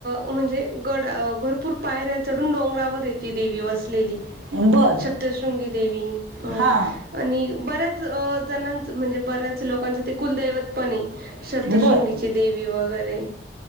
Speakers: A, on the right; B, on the right.
A: अ म्हणजे गड भरपूर पायऱ्या चढून डोंगरावर आहे ती देवी वसलेली
B: बर
A: सप्तशृंगी देवी ह
B: हा
A: आणि बऱ्याच अ जणच म्हणजे बऱ्याच लोकांच ते कुलदैवतपण आहे सतशृंगीची
B: बर
A: देवी वगैरे